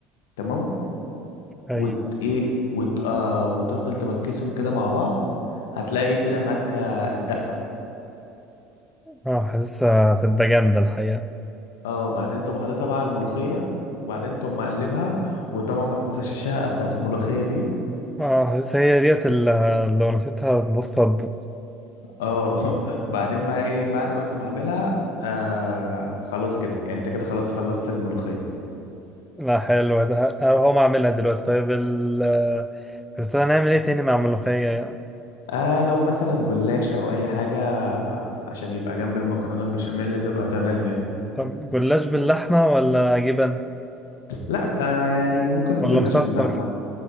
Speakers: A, on the left; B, in the centre.
A: تمام
B: ايوه
A: وت ايه وت... آه... وتفضل تمكسهم كده مع بعض هتلاقي طلع معاك آه، الدقة
B: اه حاسسها هتبقى جامده الحقيقه
A: اه وبعدين تقوم حاططها بقى على الملوخية وبعدين تقوم مقلبها وطبعا ما تنساش الشهقة بتاعت الملوخية دي
B: اه حاسسها هي ديت اللي لو نسيتها الوصفه هتبوظ
A: اه <laughs> بعدين بقى ايه بعد ما تقوم عاملها آه خلاص كده يعني انت كده خلاص خلصت الملوخية
B: لا حلو ده ه- اه، هقوم اعملها دلوقتي طيب ال كنت هنعمل ايه تاني مع الملوخيه
A: آه لو مثلا جلاش او اي حاجة عشان يبقى جنب المكرونة البشاميل تبقى <laughs> تمام يعني
B: طب جلاش باللحمه ولا جبن
A: لا آه يعني ممكن
B: ولا
A: جلاش
B: مسكر
A: باللحمة